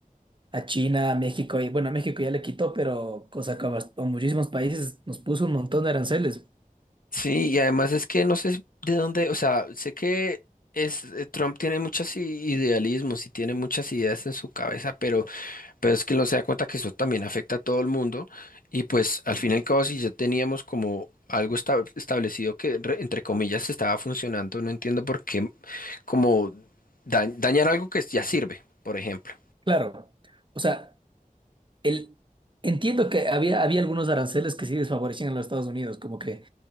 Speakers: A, on the right (about 35°); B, on the left (about 75°).
A: a China, a México, y bueno, a México ya le quitó, pero cosa que a bast- a muchísimos países nos puso un montón de aranceles.
B: Sí, y además es que no sé de dónde, o sea, sé que es, eh, Trump tiene muchos i- idealismos y tiene muchas ideas en su cabeza, pero... Pero es que no se da cuenta que eso también afecta a todo el mundo y pues al fin y al cabo si ya teníamos como algo esta- establecido que re- entre comillas estaba funcionando, no entiendo por qué como da- dañar algo que ya sirve, por ejemplo.
A: Claro, o sea, el, entiendo que había, había algunos aranceles que sí desfavorecían a los Estados Unidos, como que